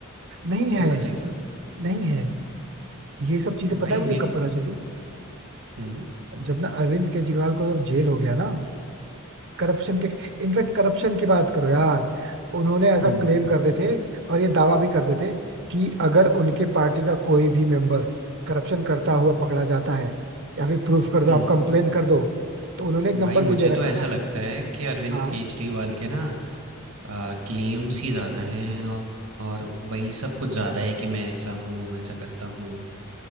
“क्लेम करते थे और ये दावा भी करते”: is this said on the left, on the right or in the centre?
Right